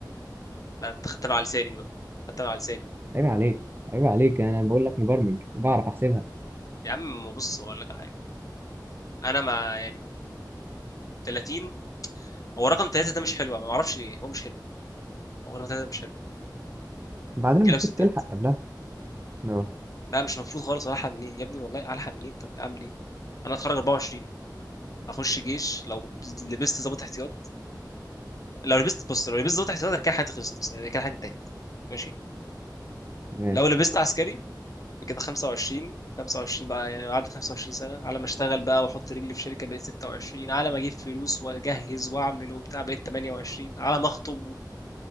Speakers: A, on the left; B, on the right.
A: لا انت خدتها على لساني دي بقى خدتها على لساني
B: عيب عليك عيب عليك انا بقول لك مبرمج بعرف احسبها
A: يا عم بص اقول لك على حاجه انا مع يعني 30 هو رقم 3 ده مش حلو أنا ما اعرفش ليه هو مش حلو هو رقم 3 ده مش حلو
B: بعدين
A: رجاله
B: المفروض
A: وستات
B: تلحق قبلها اه
A: لا مش المفروض خالص الحق منين يا ابني والله الحق منين طيب اعمل ايه انا اتخرج 24 اخش جيش لو لبست ضابط احتياط لو لبست بص لو لبست ضابط احتياطي أنا كده حياتي خلصت بس يعني كده حياتي انتهت ماشي
B: تمام
A: لو لبست عسكري كده 25 25 بقى يعني قعدت 25 سنة على ما اشتغل بقى واحط رجلي في شركة بقيت 26 على ما اجيب فلوس واجهز واعمل وبتاع بقيت 28 على ما اخطب